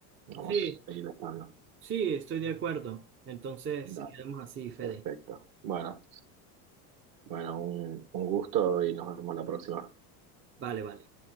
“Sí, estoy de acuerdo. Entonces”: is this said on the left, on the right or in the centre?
Right